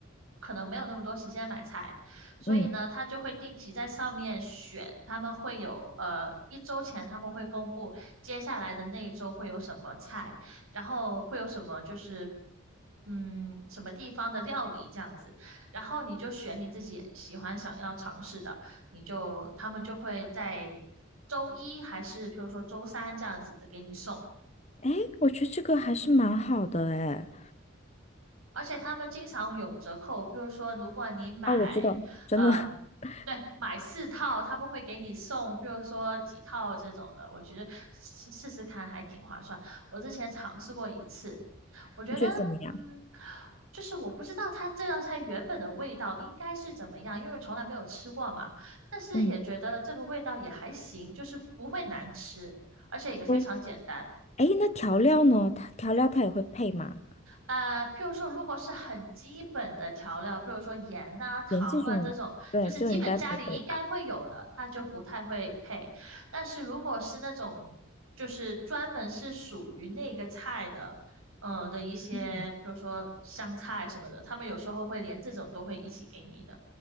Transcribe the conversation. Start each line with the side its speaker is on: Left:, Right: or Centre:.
Right: 可能没有那么多时间买菜，所以呢，
Left: 嗯，
Right: 他就会定期在上面选。他们会有呃一周前他们会公布接下来的那一周会有什么菜，然后会有什么就是嗯什么地方的料理这样子，然后你就选你自己喜欢想要尝试的。你就他们就会在周一还是譬如说周三这样子的给你送，
Left: 哎，我觉得这个还是蛮好的，哎。
Right: 而且他们经常有折扣，譬如说如果你买，
Left: 啊，我知道，真的，
Right: 嗯，
Left: <laughs>
Right: 对，买四套他们会给你送，譬如说几套这种的，我觉得试试试看还挺划算。我之前尝试过一次，我觉得，
Left: 你觉得怎么样？
Right: 嗯，就是我不知道它这道菜原本的味道应该是怎么样，因为我从来没有吃过嘛。但是也觉得这个味道也还行，
Left: 嗯，
Right: 就是不会难吃，而且也非常简单。
Left: 哦，哎，那调料呢？它调料它也会配吗？
Right: 呃，譬如说，如果是很基本的调料，譬如说盐呐、糖啊这种，
Left: 连这种，对，
Right: 就是基本家里应该会有的，
Left: 这种应该不会吧？
Right: 它就不太会配。但是如果是那种就是专门是属于那个菜的，嗯、的一些，
Left: 嗯，
Right: 譬如说香菜什么的，他们有时候会连这种都会一起给你的。